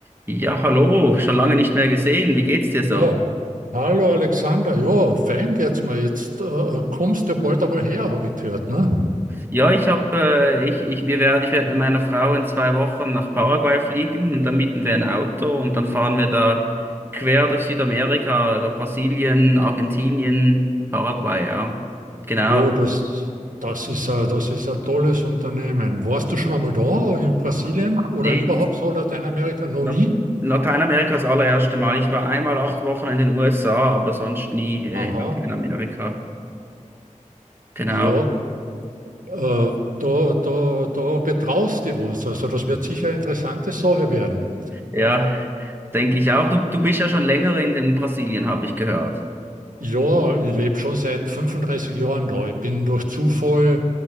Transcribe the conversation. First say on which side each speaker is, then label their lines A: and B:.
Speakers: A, on the right (about 15°); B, on the right (about 85°).
A: Ja, hallo, schon lange nicht mehr gesehen. Wie geht's dir so?
B: Ja, hallo Alexander. Ja, fein geht's mir. Jetzt äh, kommst du ja bald einmal her, habe ich gehört, ne?
A: Ja, ich habe, äh, ich, ich, wir werden, ich werde mit meiner Frau in zwei Wochen nach Paraguay fliegen und dann mieten wir ein Auto und dann fahren wir da quer durch Südamerika, über Brasilien, Argentinien, Paraguay, ja. Genau.
B: Oh, das, das ist ein, das ist ein tolles Unternehmen. Warst du schon einmal da in Brasilien oder
A: Nee,
B: überhaupt
A: das,
B: so Lateinamerika? Noch
A: La-
B: nie?
A: Lateinamerika ist das allererste Mal. Ich war einmal acht Wochen in den USA, aber sonst nie, äh,
B: Aha.
A: in Lateinamerika. Genau.
B: Ja, Äh, da, da, da getraust du was. Also das wird sicher eine interessante Sache werden.
A: Ja, denke ich auch. Du, du bist ja schon länger in den Brasilien, habe ich gehört.
B: Ja, ich lebe schon seit 35 Jahren da. Ich bin durch Zufall